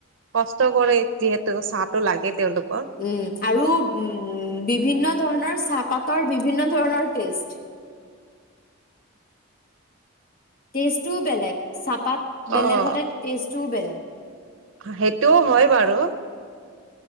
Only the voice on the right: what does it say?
কষ্ট কৰে যিহেতু চাহটো লাগে তেওঁলোক
অ'
সেইটোও হয় বাৰু